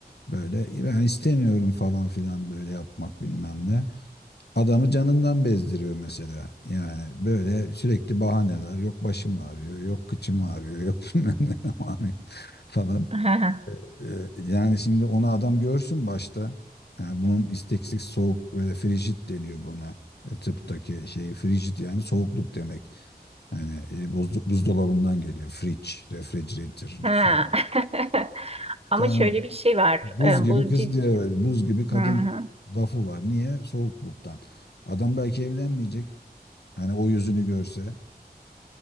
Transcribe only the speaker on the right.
<laughs>
Ha.
<laughs> ama
şöyle bir şey var
E,
bu
cid...
Hı hı.